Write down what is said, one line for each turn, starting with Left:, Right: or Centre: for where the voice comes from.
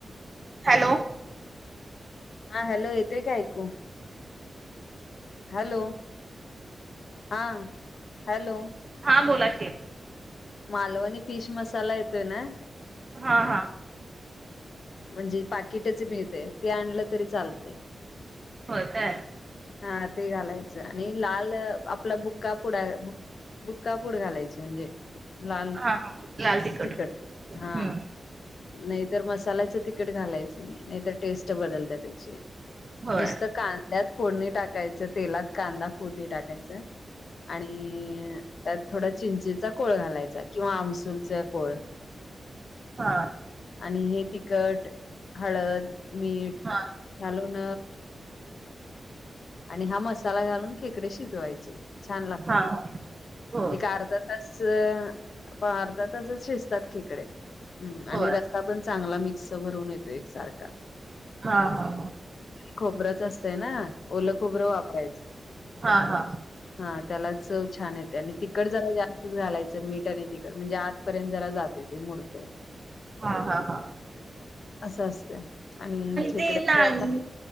Right: हॅलो!
Left: हा हॅलो इते काय ऐकू? हॅलो हा हॅलो!
Right: हां बोलाकी.
Left: मालवणी फिश मसाला येतोय ना.
Right: हा हा.
Left: म्हणजे पाकिटच मिळते ते आणलं तरी चालत.
Right: हो काय.
Left: हा ते घालायचं आणि लाल आपला बुक्का पुढाु. बुक्कापूड घालायची म्हणजे. लाल
Right: हा हा लाल तिखट
Left: तिकट हा.
Right: हम्म
Left: नाहीतर मसाल्याचं तिखट घालायचं नाही नाहीतर टेस्ट बदलत त्याची.
Right: होय
Left: नुसतं कांद्यात फोडणी टाकायचं, तेलात कांदा फोडणी टाकायचं. आणि त्यात थोडा चिंचेचा कोळ घालायचा, किंवा आमसूलचा कोळ.
Right: हा.
Left: आणि हे तिखट, हळद, मीठ
Right: हा
Left: घालून आणि हा मसाला घालून खेकडे शिजवायचे, छान लागतात.
Right: हा हो
Left: एक अर्धा तास, अर्धा तासच शिजतात खकडे, आणि
Right: होय
Left: रस्सा पण चांगला मिक्स भरून येतोय एक सारखा.
Right: हा हा.
Left: खोबरंच असतय ना, ओलं खोबरं वापरायचं.
Right: हा हा.
Left: हा, त्याला चव छान येत त्यानी तिखट जरा जास्तच घालायचं, मीठ आणि तिखट, म्हणजे आतपर्यंत जरा जातय, ते मूर्तय.
Right: हा हा हा.
Left: असं असतंय, आणि खेकड्याच्या
Right: ते नाही